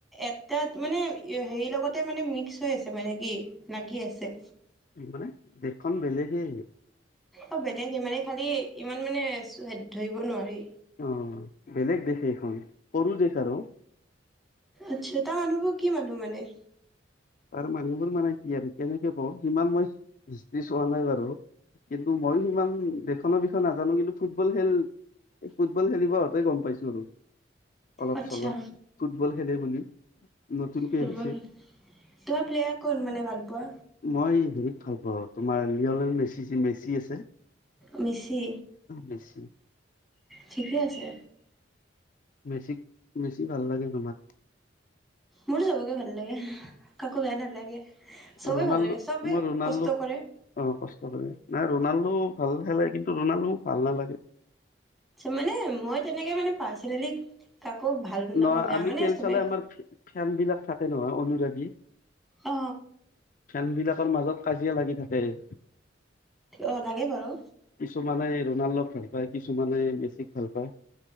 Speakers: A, in the centre; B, on the left (about 45°).
A: এ। তাত মানে হেৰি লগতে মানে মিক্স হৈ আছে মানে কি লাগি আছে।
B: মানে দেশখন বেলেগে আহ।
A: অ বেলেগে মানে খালি ইমান মানে ধৰিব নোৱাৰি।
B: অ বেলেগ দেশ এইখন সৰু দেশ আৰু।
A: আচ্ছা তাৰ মানুহবোৰ কি মানুহ মানে।
B: তাৰ মানুহবোৰ মানে কি আৰু কেনেকে কওঁ সিমান মই হিষ্ট্ৰী চোৱা নাই বাৰু কিন্তু মইো সিমান দখনৰ বিষয় নাজানো কিন্তু ফুটবল খেল ফুটবল খেলিব অহাতে গম পাইছো আৰু অলপ
A: আচ্ছা
B: চলপ ফুটবল খেলেই বুলি নতুনকৈ
A: ফুটবল
B: আহিছে
A: খেল তোমাৰ প্লেয়াৰ কোন মানে ভাল পোৱা
B: মই হেৰিত ভাল পাওঁ তোমাৰ লল মেচি বেছি আছে
A: মিচি
B: মেচি
A: ঠিকে আছে
B: বেছি বেছি ভাল লাগে তোমাক
A: মোৰো চবকে ভাল লাগে কাকো বেয়া নালাগে চবেই
B: ৰনাল্ডো
A: ভাল লাগে সবে
B: মই ৰনাল্ডোক
A: কষ্ট কৰে
B: অ কষ্ট কৰে নাই ৰনাল্ডো ভাল খেলে কিন্তু ৰনাল্ডোও ভাল নালাগে।
A: মানে মই তেনেকে মানে পাৰ্চনেলি। কাকো ভাল নাপাওঁ
B: নহয়
A: বেয়া
B: আমি
A: মানে
B: খেল
A: চবে
B: চালাই আমাৰ ফেন বিলাক থাকে নহয় অনুৰাগী কি
A: অ
B: ফেন বিলাকৰ মাজত কাজিয়া লাগি থাকে যে
A: অ লাগে বাৰু
B: কিছুমানে ৰনাল্ডোক ভাল পায় কিছুমানে মেচিক ভাল পায়।